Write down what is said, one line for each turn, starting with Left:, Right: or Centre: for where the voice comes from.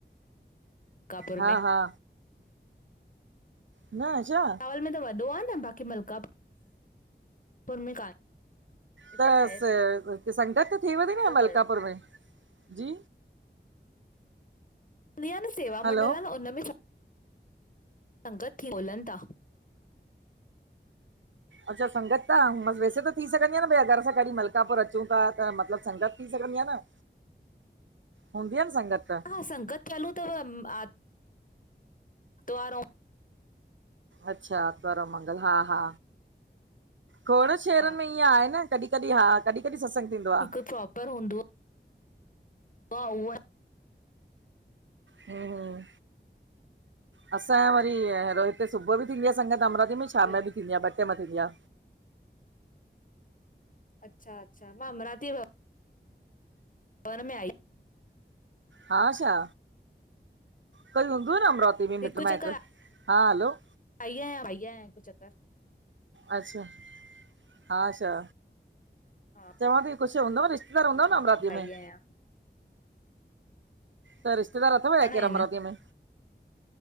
Left: मनकापुर
Right: हा
Left: में।
Right: हा ना आहे छा?
Left: पुर में त वॾो आहे न बाक़ी मलका पुर में कान हिते
Right: त
Left: ठहे
Right: स संगत त थिएव ती न
Left: थो
Right: मलकापुर
Left: पियो
Right: में, जी।
Left: ईंदी आ न, सेवा
Right: हलो
Left: मंडल आ न हुन में छा संगत ती त ॻोल्हनि था।
Right: अच्छा संगत त वैसे त थी सघंदी आ न भई अॻरि असां कॾीं मलकापुर अचूं था त मतिलबु संगत थी सघंदी आ न।
Left: <inaudible>
Right: हूंदी आ न संगत त।
Left: हा संगत चालू तव आर्तवार
Right: अच्छा आरतवार मंगल हा हा खोड़ शहरनि
Left: हा
Right: में ईअं आए न। कॾीं कॾीं हा कॾीं कॾीं सत्संग थींदो आ।
Left: प्रापर हूंदो। हा उह
Right: हूं हूं, असांजो वरी अरो हिते सुबुह बि थींदी आ संगत अमरावती में शाम
Left: ॿियो
Right: में बि थींदी आ ॿ टेम में थींदी आ।
Left: अच्छा अच्छा, मां अमरावती पर में आई।
Right: हा छा? कोई हूंदव न अमरावती में
Left: हिकु
Right: मिटु माइटु
Left: चक्कर
Right: हा हलो
Left: आई आहियां आई आहियां, हिकु चक्कर।
Right: अच्छा हा छा?
Left: हा
Right: चवां थी कुझु हूंदव रिश्तो घर
Left: हा
Right: हूंंदव
Left: हा
Right: न अमरावती में?
Left: <unintelligible>
Right: त रिश्तेदार अथव छा
Left: हाणे
Right: केरु
Left: आहिनि
Right: अमरातीअ में